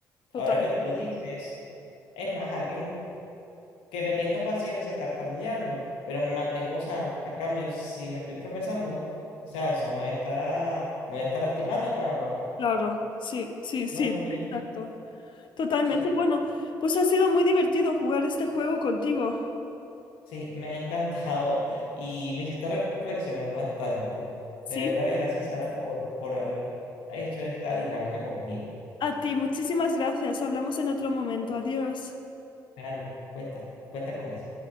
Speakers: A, on the left; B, on the left.
A: total.
B: Ahora que tú lo dices, es más, alguien que me tenga paciencia tartamudeando, pero me mantengo sano. A cambio, si me estoy tropezando, o sea, eso me voy a estar, me voy a estar lastimando a cada rato.
A: Claro, sí, sí, sí,
B: No es lo
A: exacto.
B: mismo.
A: Totalmente.
B: Sí,
A: Bueno, pues ha sido muy divertido jugar este juego contigo.
B: sí, me ha encantado <laughs> y me hiciste reflexionar bastante.
A: Sí.
B: De verdad, gracias, Sara, por, por haber hecho esta dinámica conmigo.
A: A ti, muchísimas gracias. Hablamos en otro momento. Adiós.
B: Claro, cuenta, cuenta con eso.